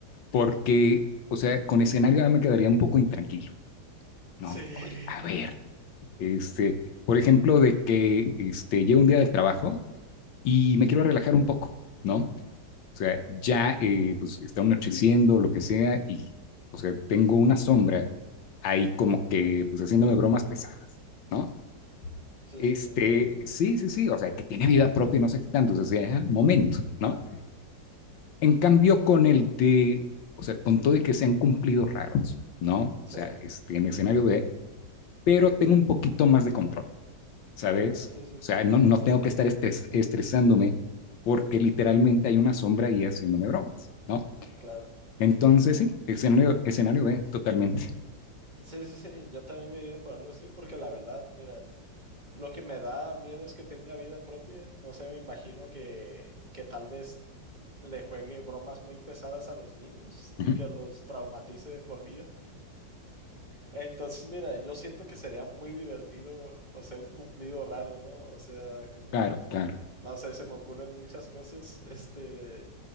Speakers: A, on the left; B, on the right.
A: porque, o sea, con escenario A me quedaría un poco intranquilo. No,
B: Sí.
A: oye, a
B: <laughs>
A: ver, este, por ejemplo, de que este, llego un día del trabajo y me quiero relajar un poco, ¿no? O sea, ya eh, pues está anocheciendo, lo que sea, y, o sea, tengo una sombra ahí como que, pues haciéndome bromas pesadas, ¿no?
B: Sí,
A: Este,
B: sí, sí.
A: sí, sí, sí, o sea, que tiene vida propia, no sé qué tanto, o sea, sí, ah, momento, ¿no? En cambio, con el de, o sea, con todo y que sean cumplidos raros, ¿no? O
B: sí
A: sea, este, en escenario B, pero tengo un poquito más de control, ¿sabes?
B: ujú, Sí,
A: O
B: sí,
A: sea, no, no
B: justamente.
A: tengo que estar estres- estresándome porque literalmente hay una sombra ahí haciéndome bromas, ¿no?
B: Claro.
A: Entonces, sí, escenario, escenario B, totalmente.
B: Sí, sí, sí, yo también me iría por algo así porque la verdad, mira, Lo que me da miedo es que tenga vida propia. No sé, me imagino que, que tal vez le juegue bromas muy pesadas a los niños y
A: Ujú.
B: que los traumatice de por vida. Entonces, mira, yo siento que sería muy divertido, o sea, un cumplido raro, ¿no? O sea, como,
A: Claro, claro,
B: no sé, se me ocurren muchas cosas, este,